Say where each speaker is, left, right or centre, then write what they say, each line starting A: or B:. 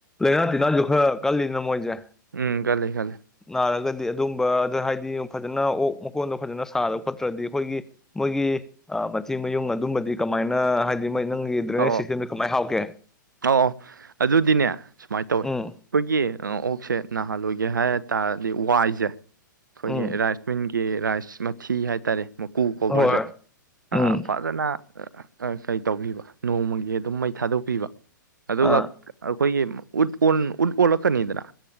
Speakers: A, in the centre; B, on the right.
A: ꯂꯥꯏꯅꯥ ꯇꯤꯟꯅꯥꯁꯨ ꯈꯔ ꯀꯜꯂꯤꯅ ꯃꯣꯏꯁꯦ?
B: ꯎꯝ ꯀꯜꯂꯦ ꯀꯜꯂꯦ꯫
A: ꯅꯥꯔꯒꯗꯤ ꯑꯗꯨꯝꯕ ꯑꯗ ꯍꯥꯏꯗꯤ ꯐꯖꯅ ꯑꯣꯛ ꯃꯀꯣꯟꯗꯣ ꯐꯖꯅ ꯁꯥꯗ ꯈꯣꯠꯇ꯭ꯔꯗꯤ ꯑꯩꯈꯣꯏꯒꯤ ꯃꯣꯏꯒꯤ ꯑ ꯃꯊꯤ ꯃꯌꯨꯡ ꯑꯗꯨꯝꯕꯗꯤ ꯀꯃꯥꯏꯅ ꯍꯥꯏꯗꯤ ꯃꯣꯏ ꯅꯪꯒꯤ ꯗ꯭ꯔꯦꯅꯦꯖ
B: ꯑꯧ
A: ꯁꯤꯁꯇꯦꯝꯗꯣ
B: ꯑꯧ
A: ꯀꯃꯥꯏ ꯍꯥꯞꯀꯦ?
B: ꯑꯧ ꯑꯧ ꯑꯗꯨꯗꯤꯅꯦ ꯁꯨꯃꯥꯏꯅ ꯇꯧꯋꯤ
A: ꯎꯝ
B: ꯑꯩꯈꯣꯏꯒꯤ ꯑ ꯑꯣꯛꯁꯦ ꯅꯥꯍꯜꯂꯣꯏꯒꯦ ꯍꯥꯏ ꯇꯥꯔꯗꯤ ꯋꯥꯏꯖꯦ ꯑꯩꯈꯣꯏꯒꯤ
A: ꯎꯝ
B: ꯔꯥꯏꯁꯃꯤꯟꯒꯤ ꯀ ꯔꯥꯏꯁ ꯃꯊꯤ ꯍꯥꯏꯇꯥꯔꯦ ꯃꯀꯨ ꯀꯣꯕꯔꯖꯦ
A: ꯍꯣꯏ ꯎꯝ
B: ꯑ ꯐꯖꯅ ꯀꯩ ꯇꯧꯕꯤꯕ ꯅꯣꯡꯃꯒꯤ ꯑꯗꯨꯝ ꯃꯩ ꯊꯥꯗꯣꯛꯄꯤꯕ ꯑꯗꯨꯒ
A: ꯑꯥ
B: ꯑꯈꯣꯏꯒꯤ ꯎꯠ ꯑꯣꯟ ꯎꯠ ꯑꯣꯜꯂꯛꯀꯅꯤꯗꯅ꯫